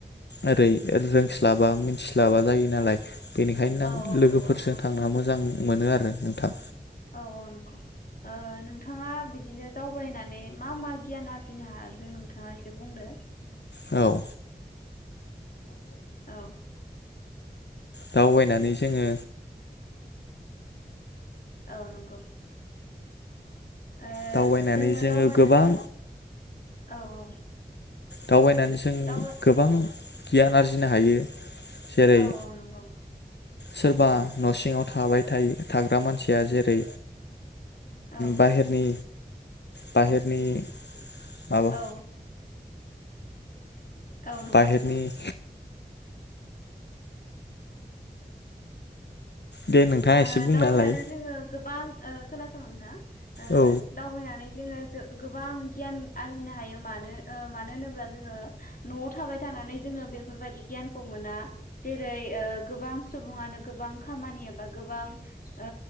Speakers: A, on the left; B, on the left.
A: ओरै रोंस्लाबा मिथिस्लाबा जायो नालाय बेनिखायनो
B: औ
A: आं
B: औ
A: लोगोफो
B: नंगौ नोंथां
A: <unintelligible> थांना मोजां। मोनो आरो नोंथां
B: औ औ नंगौ ओ नोंथाङा बिदिनो दावबायनानै मा मा गियान आरजिनो हादों नोंथाङा एसे बुंदो।
A: औ <unintelligible>
B: औ
A: दावबायनानै जोङो
B: औ नंगौ ओ
A: दावबायनानै
B: जोङो दावबायनानै
A: गोबां
B: औ औ
A: दावबायनानै जों
B: दावबाय
A: गोबां गियान आरजिनो हायो। जेरै
B: औ औ नंगौ।
A: सोरबा न सिङाव थाबाय थायो थाग्रा मानसिया जेरै
B: औ
A: बाहेरनि। बाहेरनि। माबा
B: औ। औ नंगौ
A: बाहेरनि दे नोंथाङा एसे
B: ओ
A: बुंनालाय
B: दावबायनानै जोङो गोबां ओ खोनासं नोंथाङा ओ
A: औ
B: दावबायनानै जोङो गोबां गियान आरजिनो हायो मानो ओ मानो होनोब्ला जोङो नआव थाबाय थानानै जोङो बेफोरबायदि गियानखौ मोना जेरै ओ गोबां सुबुङानो गोबां खामानि एबा गोबां ओ